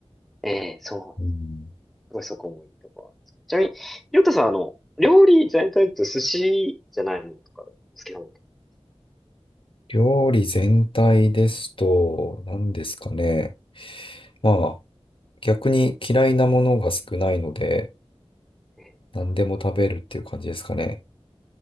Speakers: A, in the centre; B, on the left.
A: え、ええ、そう。
B: うん、
A: すごいそこもいいところなんです。ちなみに、りょうたさん、あの、料理全体と寿司じゃないものとかで、好きなものとか
B: 料理全体ですと、何ですかね。まあ逆に嫌いなものが少ないので、
A: あります
B: 何でも食べるっていう感じですかね。